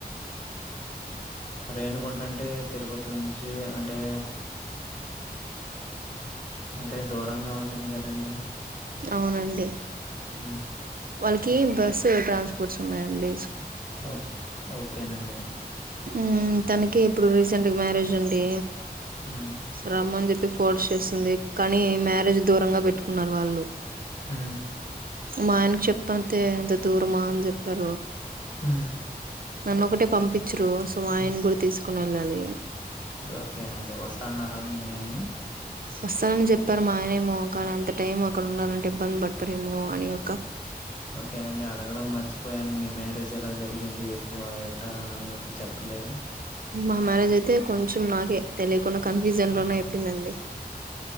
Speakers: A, on the left; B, on the right.
A: అ రేణకుంటంటే తిరుపతి నుంచి అంటే అంటే దూరంగా ఉంటుంది కదా తే
B: అవునండి
A: హ
B: వాళ్ళకి బస్ ట్రాన్స్పోర్ట్స్ ఉన్నాయంండి
A: ఓ ఓకేనండి
B: మ్మ్ తనకి ఇప్పుడు రీసెంట్ గా మ్యారేజ్ అండి
A: ఉమ్
B: రమన్జ ఫోడ్ చేస్తుంది కానీ మ్యారేజ్ దూరంగా పెట్టు పున్నారుర్ వాళ్ళు
A: హ
B: మన్ చెప్పంతే ఎంత దూరమా అని చెప్పారు
A: హ
B: నన్ను ఒకటే పంపించరుు సో ఆయన కూడా తీసుకుని వెళ్ళాలి
A: ఓకేనండి వస్తాన్నారా మీ అయిన
B: వస్తానని చెప్పారు మాయనే ఏమో కానీ అంత టైం ఒక ఎడ ఉన్నాలంటే ఇబ్బంది పడతారేమో అనియ
A: ఓకేనండి అడగడం మర్చిపోయాను మీ మ్యారేజ్ ఎలా జరిగింది ఇప్పుడు ఎట అనేతే చెప్పట్లేదు
B: మా మ్యారేజ్ అయితే కొంచెం నాకే తెలియకుండా కన్ఫ్యూజన్ లోనే అయిపోయిందండి